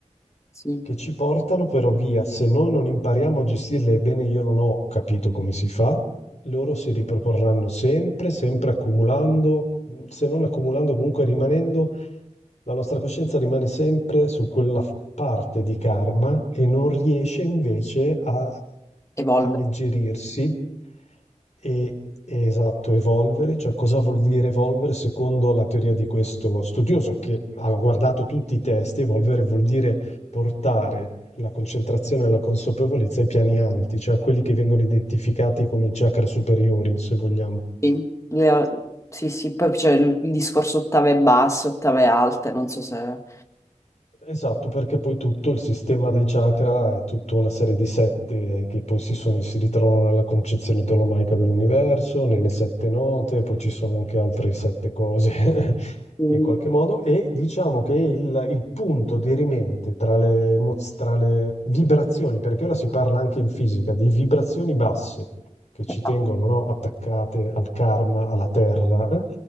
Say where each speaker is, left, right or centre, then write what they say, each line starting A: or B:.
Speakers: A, on the left (about 25°); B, on the left (about 60°).
A: sì,
B: che ci portano però via, se noi non impariamo a gestirle, bene io non ho capito come si fa, loro si riproporranno sempre, sempre accumulando, mm, se non accumulando comunque rimanendo, la nostra coscienza rimane sempre su quella f- parte di karma e non riesce invece a
A: evolve,
B: alleggerirsi e, e, esatto, evolvere, cioè cosa vuol dire evolvere secondo la teoria di questo studioso che ha guardato tutti i testi, evolvere vuol dire portare la concentrazione e la consapevolezza ai piani alti, cioè a quelli che vengono identificati come chakra superiori, se vogliamo.
A: sì, Le- sì, sì, poi c'è il il discorso ottave basse, ottave alte, non so se...
B: Esatto, perché poi tutto il sistema dei chakra è tutta una serie di sette che poi si, sono- si ritrovano nella concezione tolomaica dell'universo, nelle sette note, poi ci sono anche altre sette cose <laughs>
A: Mm,
B: che in qualche modo, e diciamo che il, il punto dirimente tra le, emoz- tra le vibrazioni, perché ora si parla anche in fisica di vibrazioni basse che ci
A: esatto,
B: tengono, no, attaccate al karma, alla terra, eh?